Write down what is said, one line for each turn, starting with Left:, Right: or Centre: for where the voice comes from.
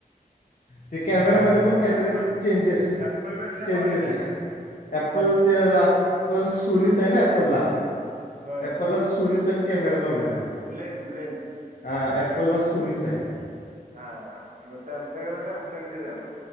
Left: ते कॅमेरा मध्ये काहीतरी
Right: ऍपल
Left: चेंजेस
Right: ऍपल पेक्षा
Left: चेंजेस
Right: क्वालिटी
Left: आहे.
Right: का
Left: ॲप्पल त्या ॲप्पल सोनीच आहे ना ॲप्पलला.
Right: होय
Left: ऍपलला सोनीचा कॅमेरा लावलेला. आहे
Right: लेन्स लेन्स.
Left: हां ॲपलला सोनीच आहे.
Right: हा म सॅमसंग आ ना साॅमसंगज जा ना.